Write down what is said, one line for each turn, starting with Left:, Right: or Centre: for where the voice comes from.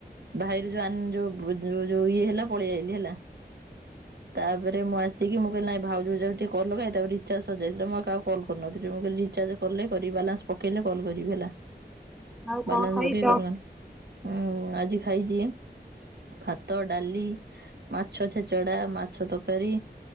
Right: ଭାଇର ଯୋଉ ଆନ ଯୋଉ ଭୋ ଯୋଉ ଇଏ ହେଲା ଲା ପଲେଇଆଇଲି ହେଲା। ତାପରେ ମୁଁ ଆସିକି ମୁଁ କହିଲି ନାଇ ଭାଉଜକୁ ଯାଉଛି ଟିକେ କଲ ଲଗାଏ। ତାପରେ ରିଚାର୍ଜ ସରି ଯାଇଥିଲା ମୁଁ ଆଉ କାହାକୁ କଲ୍ କରୁନଥିଲି, ମୁଁ କହିଲି ରିଚାର୍ଜ କଲେ କରିବି ବାଲାନ୍ସ ପକେଇଲେ କଲ୍ କରିବି ହେଲା।
Centre: ଆଉ କଣ
Right: ବାଲାନ୍ସ
Centre: ଖାଇଛ?
Right: ପକେଇ କରିବାର। ଉଁ ଆଜି ଖାଇଛି ଭାତ, ଡାଲି, ମାଛ ଛେଚଡା ମାଛ ତକାରି।